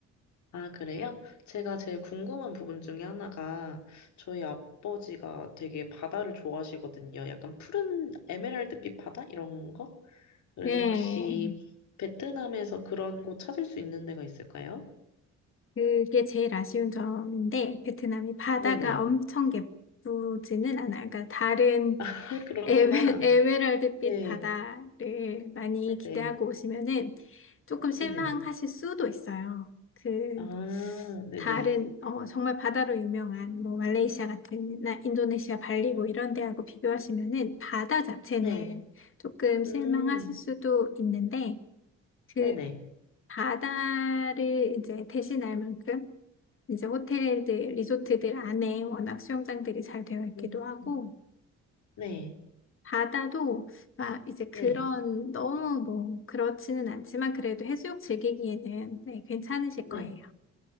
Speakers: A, on the left; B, on the left.
A: 아, 그래요? 제가 제일 궁금한 부분 중에 하나가 저희 아버지가 되게 바다를 좋아하시거든요. 약간 푸른 에메랄드빛 바다? 이런 거? 그래서
B: 네,
A: 혹시 베트남에서 그런 곳 찾을 수 있는 데가 있을까요?
B: 그게 제일 아쉬운 점인데, 베트남이 바다가
A: 네네.
B: 엄청 예쁘지는 않아요. 그러니까 다른
A: <laughs> 아, 그렇구나.
B: 에메- <laughs> 에메랄드빛
A: 네.
B: 바다를 많이
A: 네네.
B: 기대하고 오시면은 조금 실망하실
A: 네네.
B: 수도 있어요. 그
A: 아, 네네.
B: 다른 어 정말 바다로 유명한 뭐 말레이시아 같은 나 인도네시아 발리
A: 음,
B: 뭐 이런 데하고 비교하시면은 바다 자체는
A: 네.
B: 조금 실망하실
A: 음,
B: 수도 있는데 그
A: 네네.
B: 바다를 이제 대신할 만큼 이제 호텔들 리조트들 안에 워낙 수영장들이 잘 되어 있기도
A: 음,
B: 하고
A: 네.
B: 바다도 막 이제 그런
A: 네.
B: 너무 뭐 그렇지는 않지만 그래도 해수욕 즐기기에는 네, 괜찮으실
A: 네.
B: 거예요.